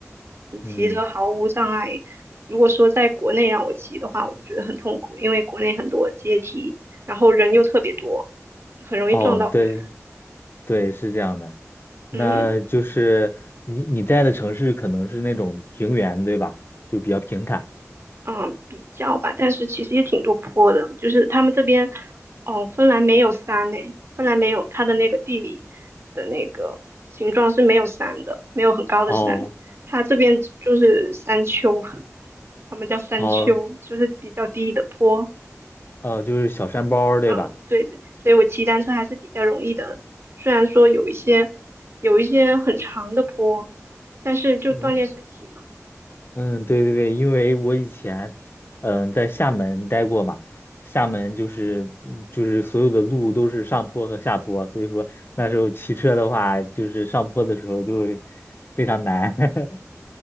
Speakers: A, on the right; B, on the left.
A: 嗯，
B: 嗯，
A: 骑着毫无障碍。如果说在国内让我骑的话，我就觉得很痛苦，因为国内很多阶梯，然后人又特别多，很容易撞到别人。
B: 哦，对。对，是这样的。那就是你你在的城市可能是那种平原，
A: 嗯。嗯
B: 对吧？就比较平坦。
A: 嗯比较吧，但是其实也挺多坡的，就是他们这边，哦，芬兰没有山呢，芬兰没有它的那个地理的那个形状是没有山的，没有很高的山，
B: 哦，
A: 它这边就是山丘，他们叫山丘，
B: 哦，
A: 就是比较低的坡，
B: 呃，就是小山包儿，对吧？
A: 嗯，对对，所以我骑单车还是比较容易的，虽然说有一些有一些很长的坡，但是就锻炼身体嘛，
B: 嗯嗯，对对对，因为我以前嗯在厦门待过嘛，厦门就是嗯就是所有的路都是上坡和下坡，所以说那时候骑车的话，就是上坡的时候就会非常难。<laughs>